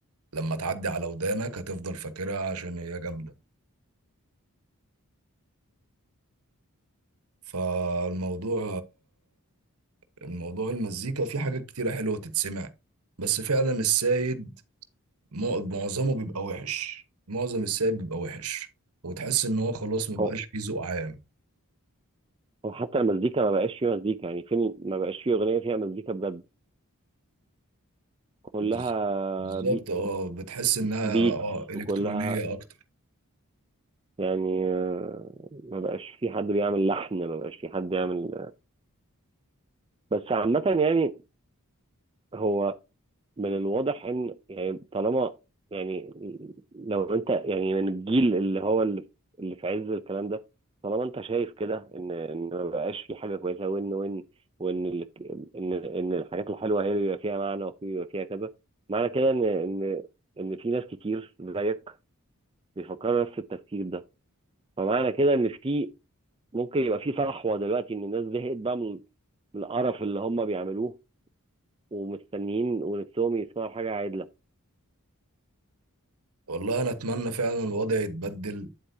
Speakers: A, on the right; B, on the right.
A: لما تعدي على ودانك هتفضل فاكرها عشان هي جامدة فالموضوع الموضوع المزيكا فيه حاجات كتيرة حلوة تتسمع بس فعلا السايد مع- معظمه بيبقى وحش معظم السايد بيبقى وحش وتحس ان هو خلاص مبقاش
B: هو
A: فيه ذوق عام
B: هو حتى المزيكا ما بقاش فيه مزيكا يعني فين ما بقاش فيه أغنية فيها مزيكا بجد كلها
A: بز- بالظبط
B: بي
A: اه بتحس انها
B: بيتس
A: اه الكترونية
B: وكلها
A: اكتر
B: يعني آه، ما بقاش في حد بيعمل لحن ما بقاش في حد يعمل بس عامة يعني هو من الواضح ان يعني طالما يعني لو انت يعني من الجيل اللي هو اللي اللي في عز الكلام ده طالما انت شايف كده ان ان ما بقاش في حاجه كويسه وان وان وان ال- ان ان الحاجات الحلوه هي اللي بيبقى فيها معنى وفي بيبقى فيها كذا معنى كده ان ان ان في ناس كتير زيك بيفكروا نفس التفكير ده فمعنى كده ان في ممكن يبقى في صحوه دلوقتي ان الناس زهقت بقى من من القرف اللي هم بيعملوه ومستنيين ونفسهم يسمعوا حاجه عادله
A: والله انا اتمنى فعلا الوضع يتبدل